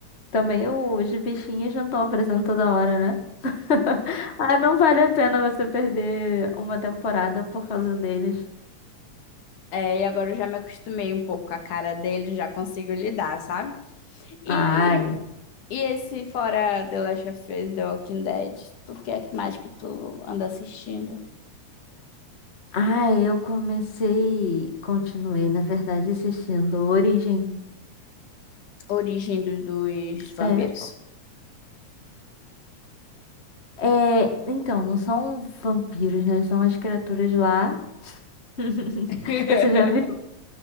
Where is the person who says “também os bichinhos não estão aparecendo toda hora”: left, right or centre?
Left